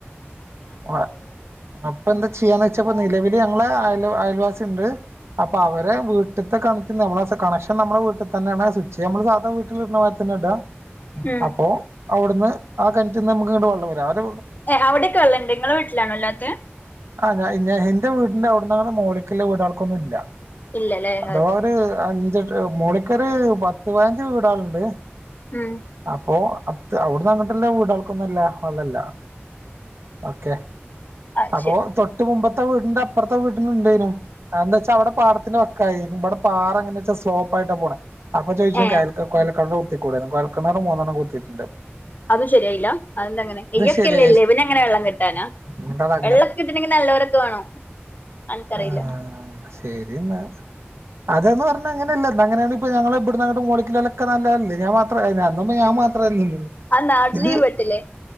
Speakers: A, on the right; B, on the left.
A: <unintelligible> അപ്പൊ എന്താ ചെയ്യാന്ന് വെച്ചപ്പോ നിലവില് ഞങ്ങളെ അയൽ അയൽവാസിണ്ട് അപ്പൊ അവരെ വീട്ട്ത്തെ <unintelligible> കണക്ഷൻ നമ്മളെ വീട്ടിതന്നേണ് സ്വിച്ച് നമ്മൾ സാധാ വീട്ടില് ഇട്ണമാതി ടാ
B: ഉം
A: അപ്പോ അവ്ട്ന്ന് ആ കെണ്റ്റ്ന്ന് നമുക്ക് ഇങ്ങട്ട് വെള്ളം വെരും അത്
B: ഏഹ് അവിടൊക്കെ വെള്ളണ്ട് ഇങ്ങളെ വീട്ടിലാണോ ഇല്ലാത്തെ
A: ആ ഞ ഞാൻ എന്റെ വീടിന്റെ അവിടന്നാണ്ട് മോള്ക്ക്ള്ള വീടാ ൾക്കൊന്നും ഇല്ല
B: ഇല്ലല്ലേ അത്
A: അഥവാ ഒര് അഞ്ചട്ട് മോളിക്കൊരു പത്ത് പതിനഞ്ച് വീടാള്ണ്ട്
B: ശരി ഉം
A: അപ്പോ അ അവിടുന്ന് അങ്ങിട്ട്ല്ല വീടാള് ഒന്നുല്ല വെള്ളല്ല ഓക്കെ
B: അത്
A: അപ്പോ
B: ശരി
A: തൊട്ട് മുബ <unintelligible> വീടിന്റെ അപ്പർത്തെ വീട്ടിലും ഉണ്ടേനു അതെഞെച്ചാ അവ്ടെ പാട്ത്തിന്റെ വക്കായിനു ഇവടെ പാറങ്ങനെച്ച സ്ലോപാ <unintelligible> പോണെ അപ്പൊ ചോയ്ക്കും
B: ഏ
A: കെ യൽ കുഴൽ ക്കിണർ കുത്തിക്കൂടെ കുഴൽ ക്കിണർ മൂന്നണ്ണം കുത്തിട്ടുണ്
B: അത് ശരിയായില്ല അതെന്ത അങ്ങനെ ഇയ്യൊക്കെല്ലേള്ളേ
A: ശരിയായില്ല
B: പിന്നെങ്ങന വെള്ളം കിട്ടാനാ
A: എന്താടാ
B: വെള്ളൊക്കെ കിട്ടണെങ്കിൽ നല്ലോരക്കെ വേണം അനക്കറിയില്ല
A: ആഹ് ശരിന്നാ അതന്ന് പർഞ്ഞ അങ്ങനല്ല ണ്ട് അങ്ങനെയാണിപ്പ ഞങ്ങളെ ഇബട്ന്നങ്ങട്ട് മോളിക്ക്ല്ലോലൊക്കെ നല്ലതല്ലേ ഞാൻ മാത്ര അയ് ഞാ അന്നൊന്നും പ്പം ഞാൻ മാത്ര അല്ലല്ലോ
B: ആ നാട്ടില്
A: ഇത്
B: ഈ പെട്ടില്ലേ